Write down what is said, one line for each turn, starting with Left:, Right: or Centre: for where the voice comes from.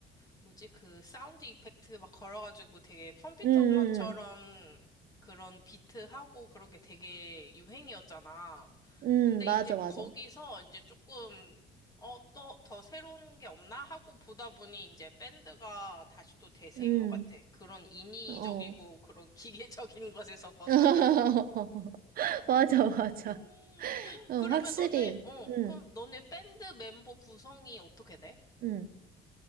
Left: 뭐지 그 사운드 이펙트 막 걸어가지고 되게 컴퓨터
Right: 응, 응,
Left: 음악처럼 그런 비트하고 그런 게 되게 유행이었잖아.
Right: 응,
Left: 근데
Right: 응, 맞아,
Left: 이제
Right: 맞아.
Left: 거기서 이제 조금 어, 또 더 새로운 게 없나 하고 보다 보니 이제 밴드가 다시 또 대세인
Right: 응,
Left: 것 같아. 그런 인위적이고
Right: 어.
Left: 그런 <laughs> 기계적인 것에서 벗어난.
Right: <laughs> 맞아, 맞아.
Left: 음,
Right: 어,
Left: 그러면
Right: 확실히,
Left: 너네, 어,
Right: 응,
Left: 그럼 너네 밴드 멤버 구성이 어떻게 돼?
Right: 응.